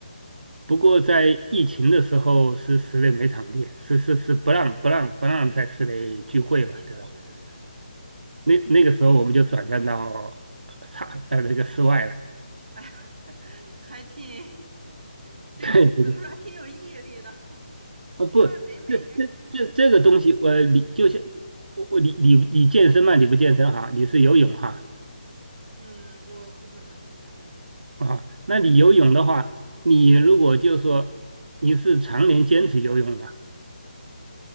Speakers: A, on the right (about 80°); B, on the right (about 65°).
A: 不过在疫情的时候是室内没场地，是是是不让不让不让在室内聚会嘛，
B: 踢的，
A: 对吧？
B: 对对对，是，
A: 那那个时候我们就转战到
B: 对，
A: 差呃那个室外了。
B: 哎，<laughs> 还挺
A: <laughs>
B: 这个怎么说，
A: 对对对，
B: 还挺有毅力的。<laughs>
A: 啊不，
B: 室外北美应该挺冷的吧？
A: 这这这这个东西，我你就像
B: 嗯
A: 我我你你你健身嘛，你不健身哈，你是游泳哈
B: 嗯，我不怎么去健身房。
A: 啊，那你游泳的话，你如果就说你是常年坚持游泳嘛，